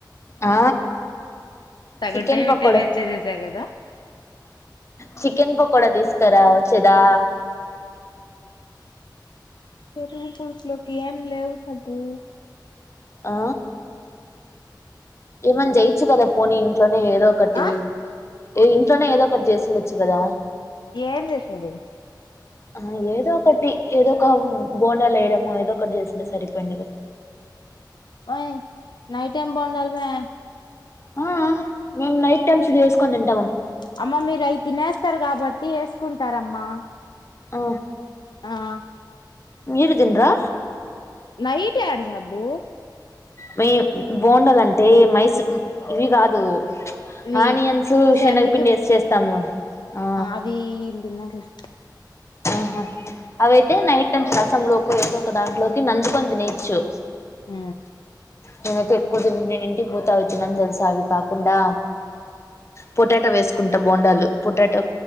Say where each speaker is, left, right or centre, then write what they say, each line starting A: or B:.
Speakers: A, on the left (about 35°); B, on the left (about 70°).
A: ఆ
B: తగంటా
A: చికెన్
B: ఏ వింటే
A: పకోడా
B: వేచ్చే చేసా కదా
A: చికెన్ పకోడా తీసుకురా వచ్చేదా
B: ఫరు పకి ఎం లేవు సబు
A: ఆ ఏవ జయిించు కదా పోనీంటో ఏదో ఒకటి
B: ఆ
A: ఏ ఇంట్లోనే ఏదో ఒకటి చేసింది వచ్చకదా
B: ఏం చేసేది
A: ఆ ఏదో ఒకటి ఏదో ఒక బోనాలు వేయడము ఏదో ఒకటి చేసిందిే సరిపోయిందిడు కదా
B: యి్ నైట్ టైం బాగుండాలి మే
A: ఆ మేం నైట్ టైమ్స్ది వేసుకోందండి
B: అమ్మ మీరు అయి తినేస్తారు కాబట్టి వేసుకుంటార అమ్మా మా
A: ఆ
B: ఆహా
A: మీరుదన్రా
B: మహతే అడుజబు
A: మ బోండాలంటే మైసూర్ ఇవి కాదు
B: ఇవి
A: ఆనియన్స్
B: శనగ
A: శనగపిండి వేసి చేస్తాము ఆ
B: అవి ఈళ్ళు తినర్లే
A: ఆహా అవైతే నైట్ టైం రసంలోకి ఏదో ఒక దాంట్లోకి నంజుకొని తినేచ్చు
B: ఉ
A: నేనైతే ఎక్కువ తి నేను ఇంటికి పోతే అవి తినను తెలుసా అవి కాకుండా పొటాటో వేసుకుం ప బోండాలు పొటాటో